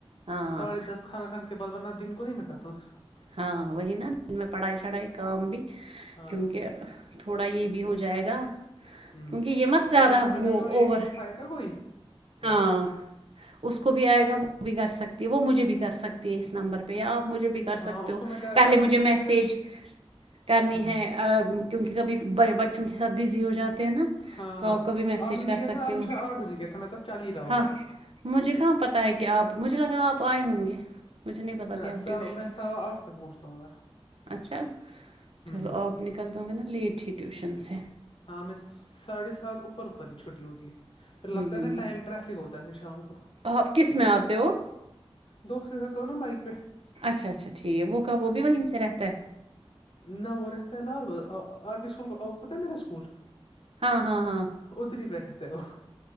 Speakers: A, on the right; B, on the left.
A: ہاں
B: ساھے دس کھانا کھان کے بعد ورہ دن کو نہیں میں کرتا ہوں کے سات
A: ہاں وہی نا میں پڑھائی شڑھائی کا بھی
B: ہاں
A: کیونکہ تھوڑا یہ بھی ہو جائے گا
B: ہ
A: کیونکہ یہ مت زیادہ
B: شام کو میں
A: وہ
B: کرتا ہوں ایک
A: اوور
B: اور فائ کا کوئی
A: ہاں
B: بس
A: اس کو بھی آئے گا وہ بھی کر سکتی ہے وہ مجھے بھی کر سکتی ہے اس نمبر پہ یا آپ مجھے بھی کر
B: ہاں
A: سک
B: اس کو میں کرواؤں
A: پہلے مجھے
B: گا
A: میسج
B: ریفریش
A: کرنی
B: ہ
A: ہے ا کیونکہ کبھی بچوں کے ساتھ بزی ہو جاتا ہیں نا
B: ہاں
A: تو
B: ہاں
A: آپ کبھی میسج
B: آپ نے
A: کر
B: بھی کیا
A: سکتے
B: تھا نا آپ
A: ہو
B: نے شاید آٹھ بجے کیا تھا میں تب چل ہی رہا
A: ہاں
B: ہوگا
A: مجھے کہاں پتہ ہے کہ آپ مجھے لگا آپ آئے ہوں گے مجھے نہیں پتہ
B: نہ
A: ت آپ ٹیوشن
B: میں سوا آٹھ تک بونچتاوں گھر
A: اچھا
B: ہ
A: چلو آپ نکلتے ہوں گے نا لیٹ ہی ٹیوشن سے
B: ہاں ہمیں ساڑھے سات اوپر اوپر ہی چھٹی ہوتی ہے پھر لگتا
A: ہوں
B: ہے نا ٹائم ٹریفک ہوتا ہے پھر شام کو
A: آپ کس میں آتے ہو
B: دوست کے سات تو ہو نا بائک پہ
A: اچھا اچھا ٹھیک ہے وہ کب وہ بھی وہیں سے رہتا ہے
B: نو ریت علا آ بپ سکول کا پتہ میرا سکول
A: ہاں ہاں ہاں
B: ادری پہ رہتے وہ